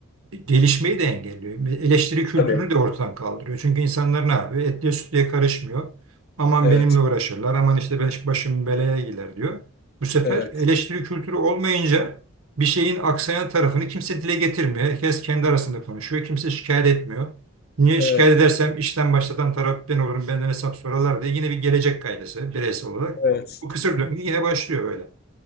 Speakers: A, on the right; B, on the left.
A: gelişmeyi de engelliyor. Eleştiri kültürünü
B: Tabii.
A: de ortadan kaldırıyor. Çünkü insanlar ne yapıyor? Etliye sütlüye karışmıyor. Aman
B: Evet.
A: benimle uğraşırlar. Aman işte ben başım belaya girer diyor. Bu sefer
B: Evet.
A: eleştiri kültürü olmayınca bir şeyin aksayan tarafını kimse dile getirmiyor. Herkes kendi arasında konuşuyor. Kimse şikayet etmiyor. Niye
B: Evet.
A: şikayet edersem işten başlatan taraf ben olurum, benden hesap sorarlar diye yine bir gelecek kaygısı bireysel olarak.
B: Evet.
A: Bu kısır döngü yine başlıyor böyle.